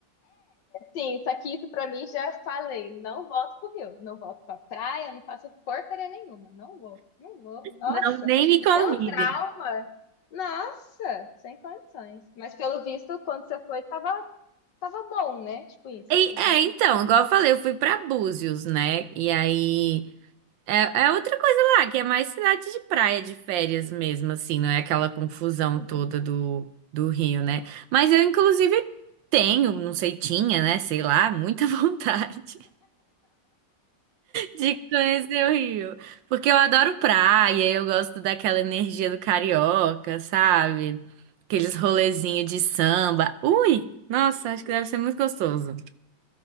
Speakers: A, on the left; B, on the right.
A: Sim, só que isso pra mim já falei. Não volto pro Rio, não volto pra praia, não faço porcaria nenhuma. Não vou, não vou. Nossa,
B: Não, nem me
A: me
B: convidem.
A: deu trauma. Nossa, sem condições. Mas pelo visto, quando você foi, tava, tava bom, né? Tipo isso.
B: E-
A: Tudo
B: é,
A: bem que
B: então,
A: ele falou,
B: igual eu falei, eu fui pra Búzios, né? E aí é, é outra coisa lá, que é mais cidade de praia, de férias mesmo, assim, não é aquela confusão
A: uhum.
B: toda do, do Rio, né? Mas eu, inclusive, tenho, não sei, tinha, né? Sei lá, muita <laughs> vontade. De conhecer o Rio. Porque eu adoro praia, eu gosto daquela energia do carioca, sabe? Aqueles rolezinhos de samba. Ui! Nossa, acho que deve ser muito gostoso.